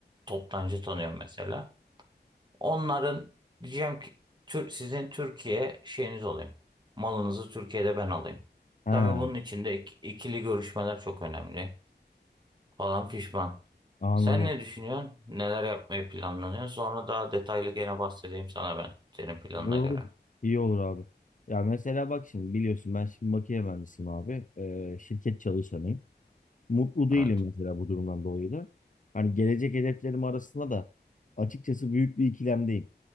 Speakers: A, on the right (about 25°); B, on the left (about 45°).
A: toptancı tanıyorum mesela. Onların diyeceğim ki Tür- sizin Türkiye şeyiniz olayım. Malınızı Türkiye'de ben alayım.
B: Ha,
A: Tabii bunun için de ik- ikili görüşmeler çok önemli falan fişman.
B: anladım.
A: Sen ne düşünüyorsun? Neler yapmayı planlanıyor? Sonra daha detaylı gene bahsedeyim sana ben senin planına
B: Olur.
A: göre.
B: olur. İyi olur abi. Ya mesela bak şimdi biliyorsun ben şimdi makine mühendisiyim abi. Ee, şirket çalışanıyım. Mutlu değilim
A: Evet.
B: mesela bu durumdan dolayı da. Hani gelecek hedeflerim arasında da açıkçası büyük bir ikilemdeyim.